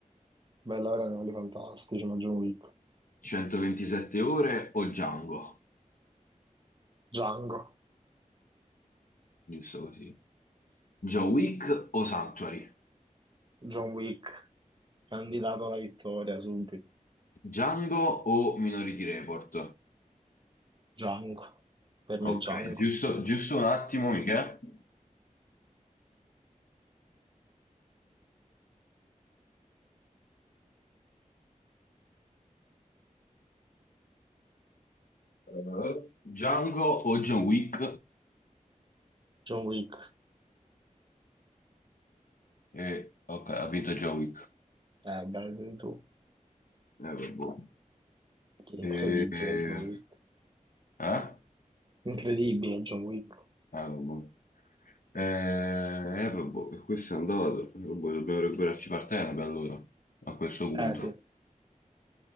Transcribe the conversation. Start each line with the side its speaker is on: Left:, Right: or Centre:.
Right: Bella era animali fantastici, ma John Wick.
Left: 127 ore o Django?
Right: Django.
Left: Giusto così. John Wick o Sanctuary?
Right: John Wick. Candidato alla vittoria subito.
Left: Django o Minority Report?
Right: Django. Per
Left: Ok,
Right: me Django.
Left: giusto, giusto un attimo, Michele. Eh, Django o John Wick?
Right: John Wick.
Left: Eh, ok, ha vinto John Wick.
Right: Eh, beh, vedi tu.
Left: Eh, vabbè.
Right: Incredibile
Left: Eh,
Right: John Wick.
Left: eh?
Right: Incredibile John Wick.
Left: Ah, robot. Eh, è il robot, e questo è andato. Il robot, dobbiamo recuperarci Partenope per allora, a questo punto.
Right: Eh sì,